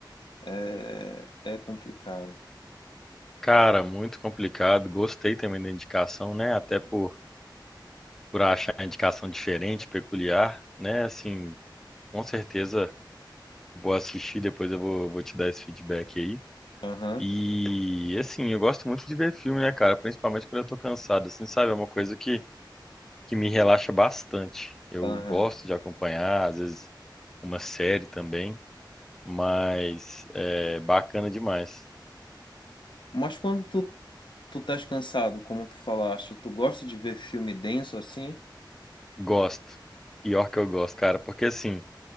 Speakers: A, on the left (about 75°); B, in the centre.
A: É, é complicado.
B: Cara, muito complicado. Gostei também da indicação, né? Até por, por achar a indicação diferente, peculiar, né? Assim, com certeza vou assistir, depois eu vou, vou te dar esse feedback aí.
A: Aham,
B: E assim, eu gosto muito de ver filme, né, cara? Principalmente quando eu tô cansado, assim, sabe? É uma coisa que, que me relaxa bastante. Eu
A: aham.
B: gosto de acompanhar, às vezes uma série também, mas é bacana demais.
A: Mas quando tu, tu estás cansado, como tu falaste, tu gosta de ver filme denso assim?
B: Gosto. Pior que eu gosto, cara, porque assim,